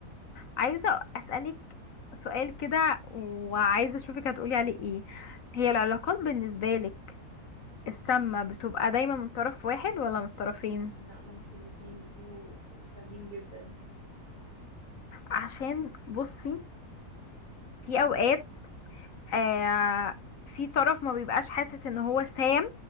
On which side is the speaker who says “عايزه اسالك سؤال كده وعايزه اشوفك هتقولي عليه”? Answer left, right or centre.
Left